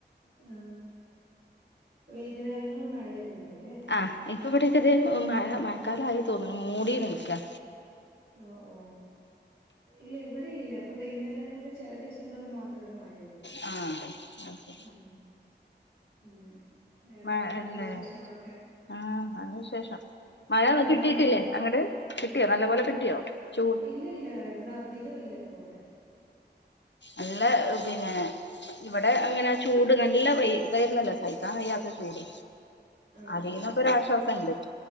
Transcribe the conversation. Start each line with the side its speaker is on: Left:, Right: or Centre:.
Right: ആ വൈകുന്നേരങ്ങളിൽ മഴ വരുന്നുണ്ട് അല്ലേ
Left: ആഹ് ഇപ്പ ഇവിടെയൊക്കെത് മഴ മഴക്കാലമായി തോന്നുണു മൂടി നിക്കാ
Right: ഓ ഓ ഇല്ല ഇവിടെ ഇല്ല ഇപ്പൊ വൈകുന്നേരങ്ങളില് ചെല ദിവസങ്ങളിൽ മാത്രം ഇവിടെ മഴയു ള്ളൂ
Left: ആഹ് അത് ശരി
Right: ഉം അങ്ങനെ വേറെന്താണ്
Left: മഴ
Right: എന്നിട്ട്
Left: ഇല്ലേ
Right: വിശേഷങ്ങളൊക്കെ
Left: ആഹ് അതിനുശേഷം മഴ
Right: പെരുന്നാള്
Left: കിട്ടീട്ടില്ലേ അങ്ങട് കിട്ടിയോ നല്ലപോലെ കിട്ടിയോ ചൂ
Right: ഇല്ല ഇല്ല ഇവിടെ അധികംഇല്ലപ്പോവിടെ
Left: അല്ല പിന്നെ ഇവിടെ അങ്ങനെ ചൂട് നല്ല വെയിൽ ഇതായിരുന്നല്ലോ സൈക്കാൻ വയ്യാത്ത ചൂട്
Right: ആഹ്
Left: അതെങ്കിലൊക്കെ
Right: ആഹ്
Left: ഒരാശ്വാസംണ്ട്